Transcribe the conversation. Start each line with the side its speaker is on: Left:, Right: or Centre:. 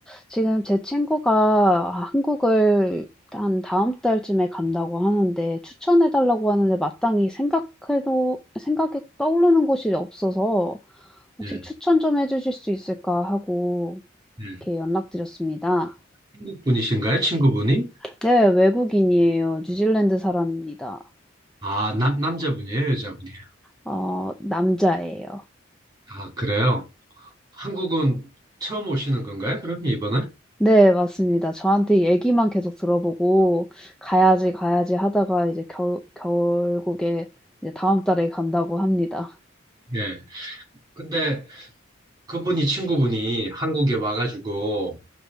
Centre: 지금 제 친구가 한국을 한 다음 달쯤에 간다고 하는데 추천해달라고 하는데 마땅히 생각해도, 생각에 떠오르는 곳이 없어서 혹시
Right: 예,
Centre: 추천 좀 해주실 수 있을까 하고
Right: 예.
Centre: 이렇게 연락드렸습니다.
Right: 한국분이신가요? 친구분이?
Centre: 네, 외국인이에요. 뉴질랜드 사람입니다.
Right: 아, 남, 남자분이에요? 여자분이에요?
Centre: 어, 남자예요.
Right: 아, 그래요. 한국은 처음 오시는 건가요? 그러면 이번에?
Centre: 네, 맞습니다. 저한테 이 얘기만 계속 들어보고 가야지 가야지 하다가 이제 겨, 결국에 이제 다음 달에 간다고 합니다.
Right: 예, 예. 근데 그분이 친구분이 한국에 와가지고,